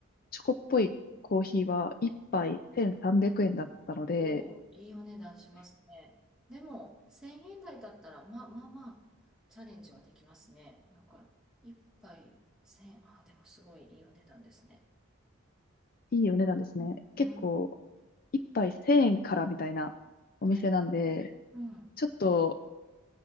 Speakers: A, on the left; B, in the centre.
A: チョコっぽいコーヒーは1杯1300円だったので、
B: おお、いいお値段しますね。でも、1000円台だったら、まあまあまあ、チャレンジはできますね。なんか、一杯1000円、ああ、でもすごいいいお値段ですね。
A: いいお値段ですね。
B: えうん、は
A: 結構、1杯1000円からみたいなお店なんで、
B: い、うん、
A: ちょっと、